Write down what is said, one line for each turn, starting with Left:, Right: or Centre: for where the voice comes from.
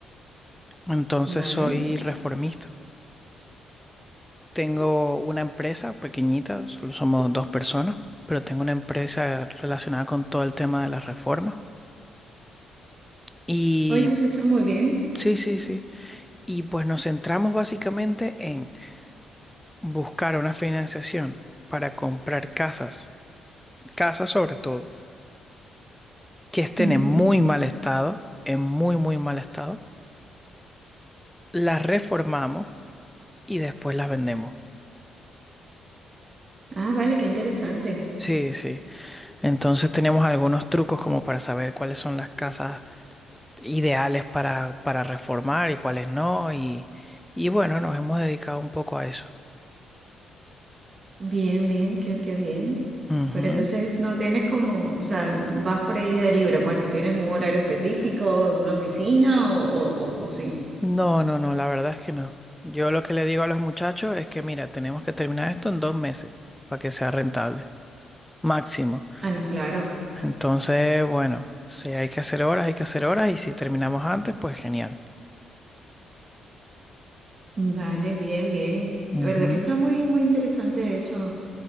Centre: entonces
Right: vale.
Centre: soy reformista. Tengo una empresa pequeñita, solo somos dos personas, pero tengo una empresa relacionada con todo el tema de las reformas. Y
Right: Oye, eso está muy bien.
Centre: sí, sí, sí. Y pues nos centramos básicamente en buscar una financiación para comprar casas, casas sobre todo, que estén
Right: Ujú.
Centre: en muy mal estado, en muy, muy mal estado, las reformamos y después las vendemos.
Right: Ah, vale, qué interesante.
Centre: Sí, sí. Entonces tenemos algunos trucos como para saber cuáles son las casas ideales para, para reformar y cuáles no. Y, y bueno, nos hemos dedicado un poco a eso.
Right: Bien, bien, qué, qué bien.
Centre: Ujú.
Right: Pero entonces no tienes como, o sea, vas por ahí de libre, pues no tienes un horario específico, una oficina o, o, o- o sí.
Centre: No, no, no, la verdad es que no. Yo lo que le digo a los muchachos es que, mira, tenemos que terminar esto en dos meses para que sea rentable. máximo.
Right: Ah, no, claro.
Centre: Entonces, bueno, si hay que hacer horas, hay que hacer horas y si terminamos antes, pues genial.
Right: Vale, bien, bien.
Centre: Ujú.
Right: La verdad que está muy, muy interesante eso